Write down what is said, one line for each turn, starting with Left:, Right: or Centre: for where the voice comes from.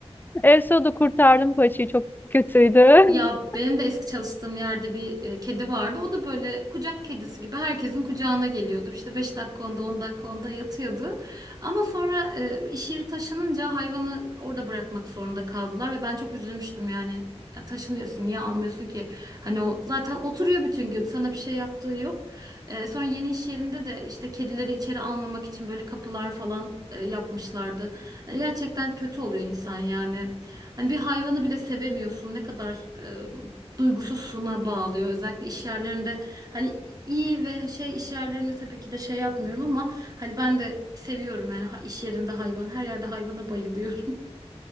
Left: En sonunda kurtardım paçayı çok kötüydü.
Right: Ya
Left: <laughs>
Right: benim de eski çalıştığım yerde bir e, kedi vardı. O da böyle kucak kedisi gibi herkesin kucağına geliyordu. İşte 5 dakika onda 10 dakika onda yatıyordu. Ama sonra e, iş yeri taşınınca hayvanı orada bırakmak zorunda kaldılar ve ben çok üzülmüştüm yani. Ya taşınıyorsun niye almıyorsun ki? Hani o zaten oturuyor bütün gün sana bir şey yaptığı yok. E, sonra yeni iş yerinde de işte kedileri içeri almamak için böyle kapılar falan e, yapmışlardı. Hani Gerçekten kötü oluyor insan yani. Hani bir hayvanı bile sevemiyorsun. Ne kadar e, duygusuzluğuna bağlıyor. Özellikle iş yerlerinde hani iyi ve şey iş yerlerinde tabii ki de şey yapmıyorum ama hani ben de seviyorum yani ha- iş yerinde hayvan. Her yerde hayvana bayılıyorum.